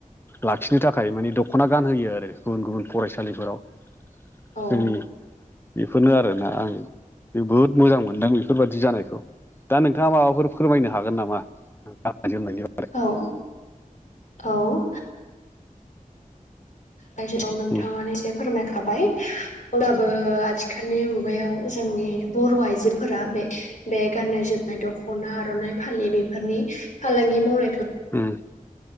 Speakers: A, on the left; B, on the left.
A: लाखिनो थाखाय माने दख'ना गानहोयो आरो गुबुन गुबुन फरायसालिफोराव
B: औ
A: जोंनि बेफोरनो आरोना आं जोबोद मोजां मोनदों बेफोरबायदि जानायखौ। दा नोंथाङा माबाफोर फोरमायनो हागोन नामा गाननाय जोमनायनि बारै?
B: औ औ। बायजोेराव नोंथाङानो
A: उम
B: एसे फोरमायखाबाय अब्लाबो आथिखालनि मुगायाव जोंनि बर' आइजोफोरा बे बे गाननाय जोम नाय दख'ना आर'नाइ फालि बेफोरनि फालांगि मावनायखौ
A: उम।